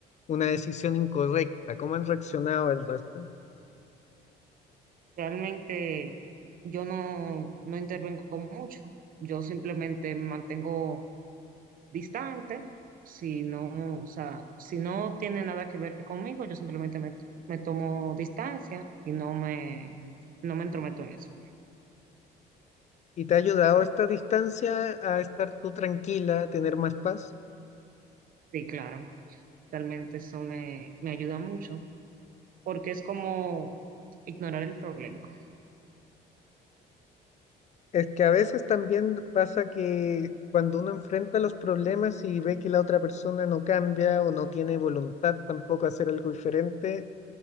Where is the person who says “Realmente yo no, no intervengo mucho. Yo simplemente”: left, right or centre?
Right